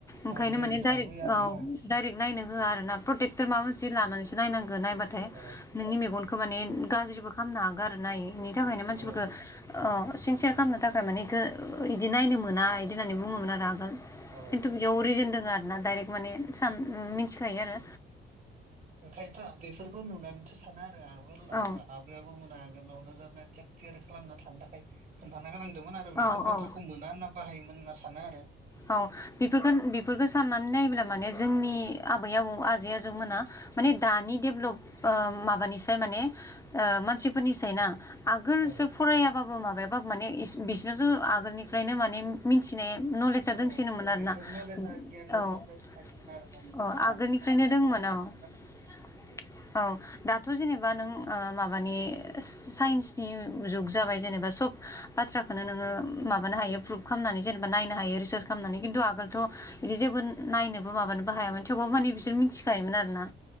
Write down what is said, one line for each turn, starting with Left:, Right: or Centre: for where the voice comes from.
Left: ओंखायनो
Right: ओरै
Left: माने
Right: ओंखारबोयो
Left: डाइरेक्ट
Right: आरोना
Left: औ डाइरेक्ट नायनो होआ आरो ना प्रटेक्टर माबा मोनसे लानानैसो नायनां नायबाथाय
Right: औ
Left: नोंनि मेगनखो माने गाज्रिबो खालामनो हाग गारोना थाखायनो मानसिफोरफोरखो
Right: औ
Left: ओ सिं सयार खालामनो थाखाय माने इखो इदि नायनो मोना इदि होननानै बुङोमोन आरो आं
Right: औ
Left: खिन्थु बेयाव रिजोन दं ना आरोना डाइरेक माने सान मिथिखायो आरो
Right: ओंखायनोथ' <unintelligible> बेफोरखौ नुनानैथ' सानो आगोल
Left: औ
Right: आबो आबै आबौमोना आगोलावनो जों थिक थियारि खालामना थानो थाखाय खोनथाना हो दोमोन आरो बेफोर
Left: औ
Right: बाथ्राखौ
Left: औ
Right: मोना होन्ना बाहायोमोन सानो आरो
Left: औ बेफोरखो बेफोरखो साननानै नायोब्ला माने जोंनि आबै आबौ आजौ मोना माने दानि डेभलप ओ माबानिसाय माने ओ मानसिफोरनिसाय ना आगोलसो
Right: औ
Left: फरायाबाबो मा बायाबाबो माने बिसोरनावसो आगोलनिफ्रायनो माने मिथिनाय दोंसिनोमोन
Right: औ
Left: आरोना
Right: बेफोर नलेजआ गियाना
Left: औ-औ
Right: दोनखायोमोन आरो माने
Left: आगोलनिफ्रायनो
Right: आगोलावनो खोन्थानो
Left: दोंमोन
Right: गोनां
Left: औ-औ
Right: जाखायोमोन
Left: दाथ' जेनेबा नों ओ माबानि साइन्सनि जुग जाबाय जेनेबा सब बाथ्राखौनो नोङो माबानो हायो प्रुभ खालामनानै जेनेबा नायनो हायो खालामनानै खिन्थु आगोलथ' बिदि जेबो नायनोबो माबानोबो हायामोन थेवबो माने बिसोर मिथिखायोमोन आरो ना